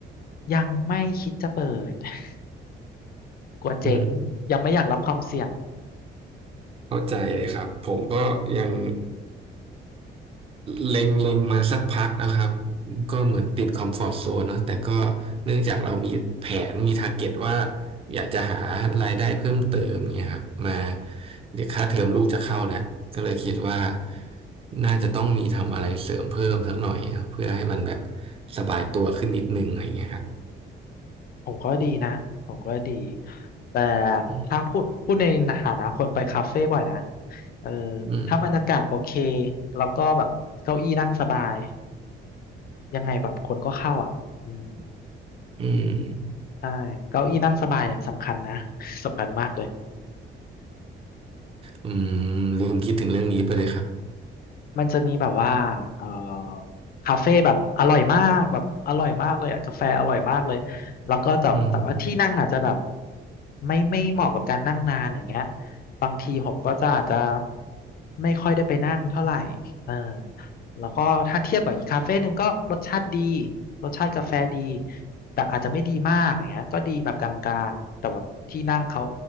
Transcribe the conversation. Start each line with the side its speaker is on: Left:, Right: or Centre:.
Left: ยังไม่คิดจะเปิด <laughs> กลัวเจ๊งยังไม่อยากรับความเสี่ยง
Right: อืม เข้าใจเลยครับ ผมก็ยังเล็งเล็งมาสักพักนะครับ ก็เหมือนติดคอมฟอร์ z โซนเนอะแต่ก็เนื่องจากเรามีแผนมี t า r g เก็ตว่าอยากจะหารายได้เพิ่มเติมเนี่ยครับมาเดี๋ยวค่าเทอมลูกจะเข้าแล้วก็เลยคิดว่าน่าจะต้องมีทำอะไรเสริมเพิ่มสักหน่อยครับเพื่อให้มันแบบสบายตัวขึ้นนิดนึงอะไรอย่างเงี้ยครับ
Left: ผมก็ดีนะผมก็ดีแต่
Right: อืม
Left: ถ้าพูดพูดในฐานะคนไปคาเฟ่บ่อยนะเออ
Right: อืม
Left: ถ้าบรรยากาศโอเคแล้วก็แบบเก้าอี้นั่งสบายยังไงแบบคนก็เข้าอ่ะอืม
Right: อืม
Left: ใช่เก้าอี้นั่งสบายเนี่ยสำคัญนะ <laughs> สำคัญมากเลย
Right: อืมลืมคิดถึงเรื่องนี้ไปเลยครับ
Left: มันจะมีแบบว่าเอ่อคาเฟ่แบบอร่อยมากแบบอร่อยมากเลยอะกาแฟอร่อยมากเลยแล้วก็จะแต่ว่าที่นั่งอาจจะแบบ
Right: อืม
Left: ไม่ไม่เหมาะกับการนั่งนานอย่างเงี้ยบางทีผมก็จะอาจจะไม่ค่อยได้ไปนั่งเท่าไหร่เออแล้วก็ถ้าเทียบกับอีกคาเฟ่หนึ่งก็รสชาติดีรสชาติกาแฟดีแต่อาจจะไม่ดีมากอย่างเงี้ยก็ดีแบบกลางๆแต่ว่าที่นั่งเขา